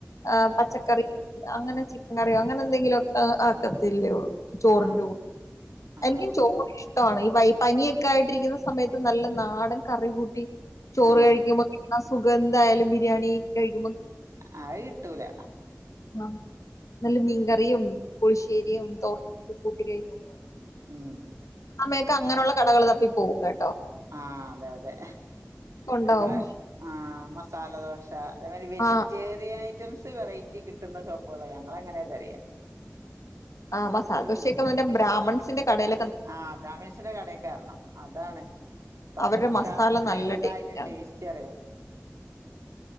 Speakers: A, on the left; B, on the right.
A: ഏഹ്
B: ഉം
A: പച്ചക്കറിയും. അങ്ങനെ ചിക്കൻ കറിയോ അങ്ങനെ എന്തെങ്കിലും ഒക്കെ ആക്കത്തില്ലേള്ളൂ ചോറിന്റെ
B: ആഹ്
A: കൂടെ.
B: ആഹ്
A: എനിക്കും ചോ റ് ഇഷ്ട പനിയൊക്കെ ആയിട്ടിരിക്കുന്ന സമയത്ത് നല്ല നാടൻ കറി കൂട്ടി. ചോറ്
B: ആഹ്
A: കഴിക്കുമ്പോ കിട്ടന്നസുഖം എന്തായാലും ബിരിയാണി കഴിക്കുമ്പോ
B: ആഹ് കിട്ടൂല
A: ആഹ് നല്ല
B: ഉം
A: മീൻകറിയും പുളിശ്ശേരിയും തോ കൂട്ടി കഴിക്കുമ്പോ
B: ഉം ഉം
A: അമ്മയൊക്ക അങ്ങനെയുള്ള കടകൾ തപ്പി പോവ കേ
B: ആഹ് അതെ അതെ
A: ഉണ്ടാവും
B: ഞങ്ങള് ആഹ് മസാല ദോശ അതേമാതിരി വെജിറ്റേറിയൻ
A: ആഹ്
B: ഐറ്റംസ് വെറൈറ്റി കിട്ടുന്ന ഷോപ്പുകളാണ് ഞങ്ങൾ അങ്ങനെതെരെയ
A: ആഹ് മസാലദോശയൊക്കെ ബ്രാഹ്മൺസിന്റെ കടയി
B: ആഹ് ബ്രാഹ്മിൺസിന്റെ കടൊക്കെ കയറണം അതാണ്. പക്ക
A: അവരുടെ മസാല നല്ല
B: എന്താ
A: ടേസ്റ്റാണ്
B: അതിന്റെ ടേസ്റ്റ് അറിയോ.